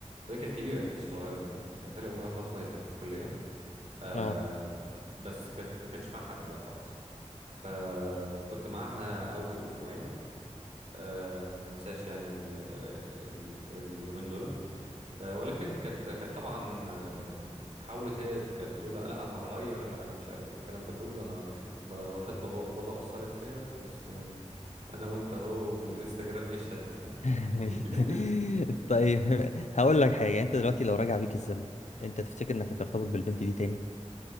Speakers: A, on the right; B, on the left.
A: وهي كانت كبيره ما كانتش صغيره كان كانت هي ابوها توفى وهي كانت في الكليه أم،
B: اه
A: بس كانت ما كانش معاها حد بقى خالص فكنت معاها اول اسبوعين أه، ما انساش يعني ال... ال... اليومين دول آه، ولكن كانت كانت طبعا آه، حاولت هي كانت تقول لا لا انا هتغير لا انا مش عارف ايه الكلام ده كله انا ب- وفاة بابا بابا اثرت فيا بس يعني انا وانت اهو والانستجرام يشهد
B: <laughs>
A: يعني <laughs>
B: طيب هقول لك حاجة انت دلوقتي لو راجع بيك الزمن انت تفتكر انك هترتبط بالبنت دي تاني